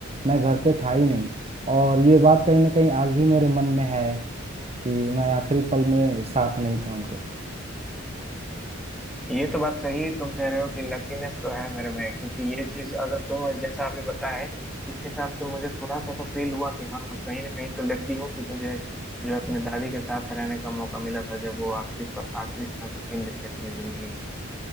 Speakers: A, on the right; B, in the centre.
A: मैं घर पे था ही नहीं और ये बात कहीं ना कहीं आज भी मेरे मन में है कि मैं आखिरी पल में साथ नहीं था उनके
B: ये तो बात सही है, तुम कह रहे हो कि लकीनेस तो है मेरे में क्योंकि ये चीज अगर तुम जैसा अभी बताए इस हिसाब से मुझे थोड़ा सा तो फील हुआ कि हाँ मैं कहीं ना कहीं तो लकी हूँ कि मुझे जो है अपने दादी के साथ रहने का मौका मिला था जब वो आखिरी पर आखिरी सांस गिन रही थी अपनी जिंदगी की